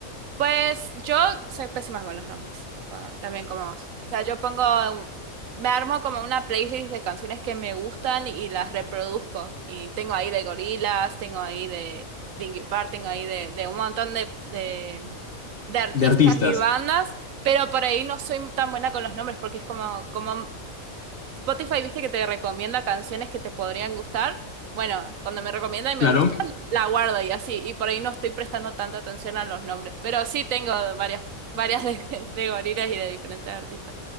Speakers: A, on the right; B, on the left.
A: Pues yo soy pésima con los nombres, ah, también como vos. O sea, yo pongo, un- me armo como una playlist de canciones que me gustan y las reproduzco. Y tengo ahí de Gorillaz, tengo ahí de Linkin Park, tengo ahí de, de un montón de, de, de artistas
B: De artistas,
A: y bandas, pero por ahí no soy tan buena con los nombres porque es como, como Spotify, viste que te recomienda canciones que te podrían gustar. Bueno, cuando me recomienda y me
B: claro.
A: gusta, la guardo y así. Y por ahí no estoy prestando tanta atención a los nombres. Pero sí tengo varias, varias de, <laughs> de gorilas y de diferentes artistas.